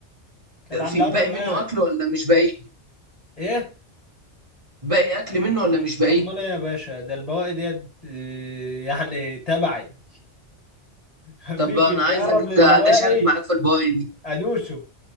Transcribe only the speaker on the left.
كانت عاملاها
لنا امبارح
ايه
امال ايه يا باشا ده البواقي ديت اه، يعني تبعي <laughs> مفيش
اللي
يقرب
للبواقي
ادوسه